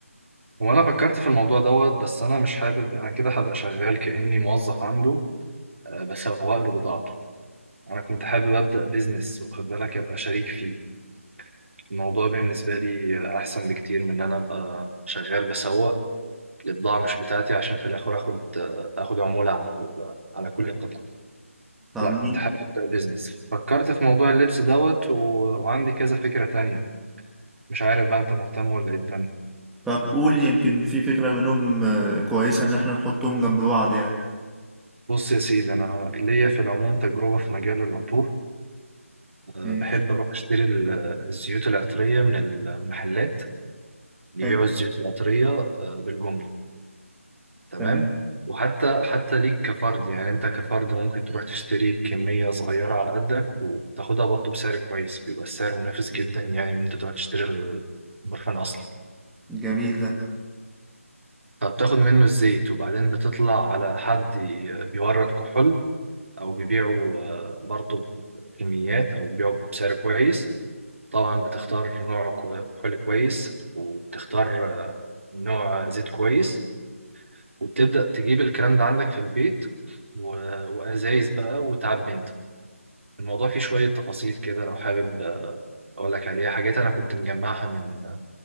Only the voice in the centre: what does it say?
طب
مين-
طب قول يمكن في فكرة منهم آه، كويسة ان احنا نحطهم جنب بعض يعني
ماشي
حلو
تمام
جميل ده